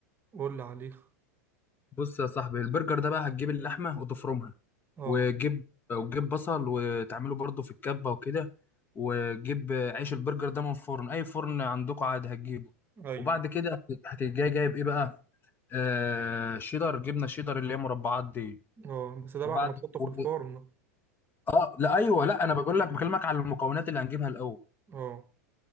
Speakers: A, on the right; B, on the left.
A: قول لي عليه
B: بص يا صاحبي البرجر ده بقى هتجيب اللحمة وتفرمها
A: اه
B: وتجيب وتجيب بصل وتعمله برضه في الكبة وكده وتجيب عيش البرجر ده من فرن اي فرن عندكم عادي هتجيبه
A: ايوه
B: وبعد كده هتجي جايب ايه بقى آه شيدر جبنة شيدر اللي هي مربعات دي
A: اه بس ده
B: وبعد
A: بعد ما تحطه في
B: و-
A: الفرن
B: اه لا ايوه لا انا بقول لك بكلمك على المكونات اللي هنجيبها الاول
A: اه